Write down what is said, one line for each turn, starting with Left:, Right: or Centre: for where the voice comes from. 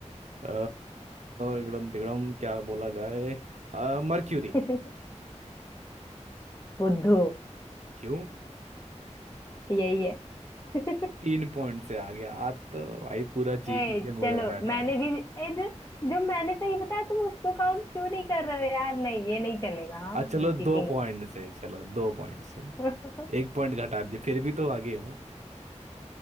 Right: अ, एकदम तिगड़म क्या बोला जाए मर्क्यूरी
Left: <laughs> बुद्धू
Right: क्यों
Left: यही है <laughs>
Right: तीन पॉइंट से आगे आज तो भाई पूरा जीतने
Left: ए
Right: के मूड
Left: चलो
Right: में बैठा
Left: मैंने
Right: है
Left: भी ए जो जो मैंने सही बताया तुम उसको काउंट क्यों नहीं कर रहे हो यार नहीं ये नहीं चलेगा हाँ
Right: आ चलो
Left: ये चीटिंग
Right: दो पॉइंट
Left: है
Right: से चलो दो पॉइंट से
Left: <laughs>
Right: एक पॉइंट घटा दिए फिर भी तो आगे हो